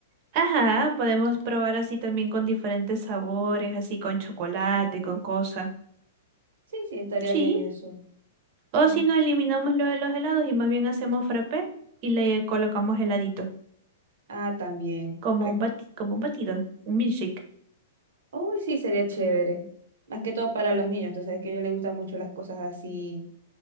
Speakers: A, on the right; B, on the right.
A: Ajá, podemos probar así también con diferentes sabores, así con chocolate, con cosas.
B: Sí, sí, estaría
A: Sí,
B: bien eso.
A: o
B: Mm.
A: si no eliminamos lo de los helados y más bien hacemos frappé y le colocamos heladito,
B: Ah, también.
A: como
B: Ay,
A: un bati- como un batido, un milkshake.
B: oh, sí, sería chévere. Más que todo para los niños. Tú sabes que a ellos les gustan mucho las cosas así